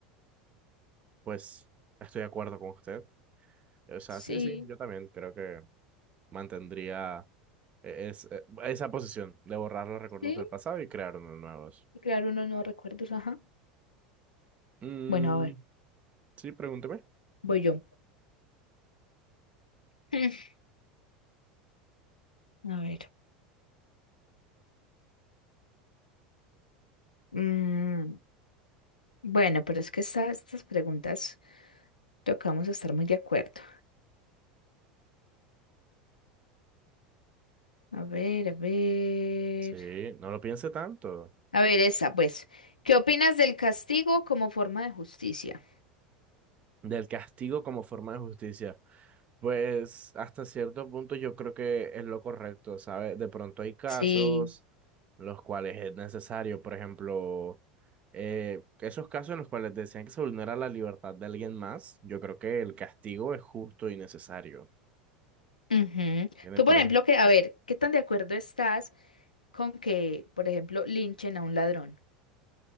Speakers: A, on the right; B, on the left.
A: pues estoy de acuerdo con usted. O sea,
B: Sí,
A: sí, sí, yo también creo que mantendría e- es- e- esa posición de borrar los recuerdos
B: sí.
A: del pasado y crear unos nuevos.
B: Y crear unos nuevos recuerdos, ajá.
A: Mm,
B: Bueno, a ver,
A: sí, pregúnteme.
B: voy yo. <laughs> A ver. mm, bueno, pero es que esta- estas preguntas tocamos estar muy de acuerdo. A ver, a ver.
A: Sí, no lo piense tanto.
B: A ver, esa, pues, ¿qué opinas del castigo como forma de justicia?
A: Del castigo como forma de justicia. Pues hasta cierto punto yo creo que es lo correcto, ¿sabes? De pronto hay casos
B: Sí.
A: en los cuales es necesario, por ejemplo, eh, esos casos en los cuales decían que se vulnera la libertad de alguien más, yo creo que el castigo es justo y necesario.
B: Ujú.
A: ¿Entiendes?
B: Tú,
A: Por
B: por ejemplo,
A: ejemplo,
B: que, a ver, ¿qué tan de acuerdo estás con que, por ejemplo, linchen a un ladrón?